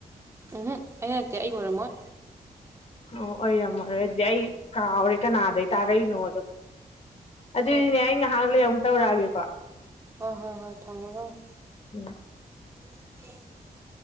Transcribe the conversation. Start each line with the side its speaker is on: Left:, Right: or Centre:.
Right: ꯎꯝꯍꯨꯝ ꯑꯩꯅ ꯅꯠꯇꯦ ꯑꯩ ꯑꯣꯏꯔꯝꯃꯣꯏ
Left: ꯑꯣ ꯑꯣꯏꯔꯝꯃꯔꯣꯏ ꯑꯗꯨꯗꯤ ꯑꯩ ꯀꯥꯎꯔꯦ ꯀꯅꯥꯗꯩ ꯇꯥꯔꯛꯏꯅꯣꯗꯣ ꯑꯗꯨꯏꯗꯤꯅꯦ
Right: ꯍꯣꯏ
Left: ꯑꯩ ꯉꯥꯏꯍꯥꯛ ꯂꯩ ꯑꯃꯨꯛ ꯇꯧꯔꯛꯑꯒꯦꯀꯣ
Right: ꯍꯣꯏ ꯍꯣꯏ ꯍꯣꯏ ꯊꯝꯃꯣ ꯊꯝ
Left: ꯎꯝ
Right: <inaudible>